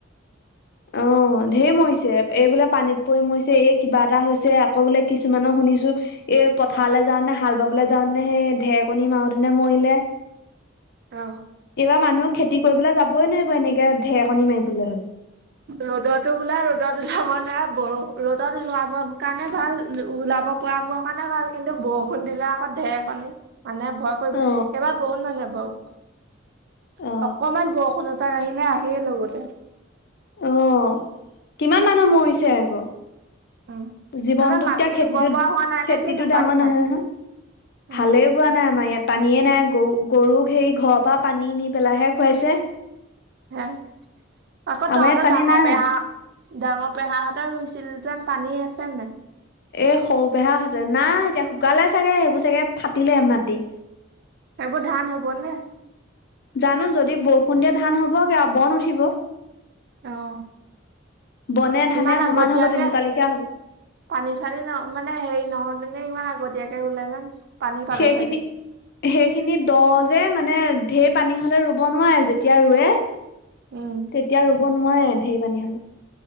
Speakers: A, on the right; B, on the left.
A: <unintelligible>
B: অ ঢেৰ মৰিছে এই বোলে পানীত পৰি মৰিছে এই কিবা এটা হৈছে আকৌ বোলে কিছুমানৰ শুনিছোঁ। এই পথাৰলৈ যাওঁ নে হাল বাবলৈ যাওঁ নে সেই ঢেৰকনী মাৰতেনে মৰিলে।
A: অ।
B: এইবাৰ মানুহক খেতি কৰিবলৈ যাবই নোৱাৰিব এনেকে ঢেৰকণী মাৰিবলৈ হ'লে।
A: ৰ'দতো ওলাই ৰ'দত ওলাব নাই বৰষুণ ৰ'দত ওলাব কাৰণে ভাল ওলাব। পোৱা বোৰ কাৰণে ভাল কিন্তু বৰষুণ দিলে আকৌ ঢেৰকণী। মানে ভয় কৰিব
B: অ
A: এইবাৰ বহুত মানুহে ভয় কৰিব
B: অ
A: অকমান বৰষুণজ আহিলে আহিয় লগতে
B: অ কিমান মানুহ মৰিছে আকৌ
A: উম
B: জীৱনটোতকে
A: তহঁতৰ মাটি
B: খেতিটো
A: ৰুব পৰা হোৱা নাই নে
B: খেতিটো
A: কিনো পানী
B: ডাঙৰ
A: নাই
B: নাহয় হা-
A: উম
B: ভালে বোৱা নাই আমাৰ ইয়াত- পানী নাই গৰু গৰুক হেৰি ঘৰৰ পৰা পানী নি পেলাইাহে খুৱাইছে।
A: হা আকৌ
B: আমাৰ
A: তহতেৰ
B: ইয়াত পানী
A: ডাঙৰ
B: নাই
A: পেহা ডাঙৰ পেহাাহঁতৰ ৰুইছিল যেন- পানী আছে নাই।
B: এই সৰু পেহা হঁতে নাই এতিয়া শুকালে চাগে সেইবোৰ চাগে ফাটিলে মাটি
A: এইবোৰ ধান হ'ব নে
B: জানো যদি বৰষুণ দিয়া ধান হব কে বন উঠিব।
A: আহ
B: বনে ধানে
A: ইমান
B: সমান
A: আগতিয়াকে
B: হব তেনেকুৱা লিখীয়া হব
A: পানী চানী ন মানে হেৰি নহয়। ইবমান আগতীয়াকে ৰুলে যেন পানী পালে
B: সেইখিনি
A: চাগে
B: সেইখিনি দ যে মানে ৰ পানী হলে ব নোৱাৰে যেতিয়া। দব
A: উম
B: নোৱাৰে ঢেৰ পানী হ'লে-